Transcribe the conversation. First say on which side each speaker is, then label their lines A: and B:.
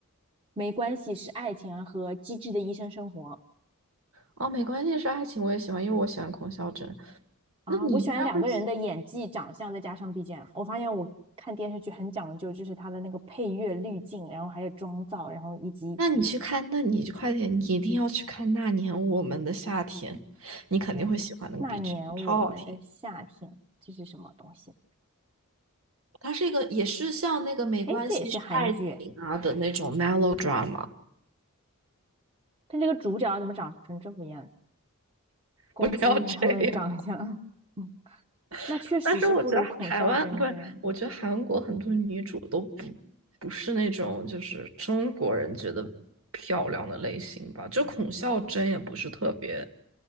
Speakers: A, on the right; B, on the right.
A: 《没关系是爱情》啊和《机智的医生生活》
B: 哦，没关系，是爱情我也喜欢，因为我喜欢孔孝真。
A: 啊，
B: 那你应该会喜，
A: 我喜欢两个人的演技、长相，再加上 BGM。我发现我看电视剧很讲究，就是它的那个配乐滤镜，然后还有妆造，然后以及
B: 那你去看，那你快点，你一定要去看《那年我们的夏天》，你肯定会喜欢那个
A: 哎呀，那年我们的夏天，
B: B G M，超好听。
A: 这是什么东西？
B: 它是一个也是像那个《没关系是爱情》啊的那种
A: 哎，这也是韩剧
B: melodrama。
A: 但这个主角怎么长成这副样？攻击一下他们的长相。
B: 不要这样。
A: <laughs> 那确实是不如孔孝真跟，
B: <laughs> 但是我觉得台湾不是，我觉得韩国很多女主都不不是那种就是中国人觉得漂亮的类型吧。就孔孝真也不是特别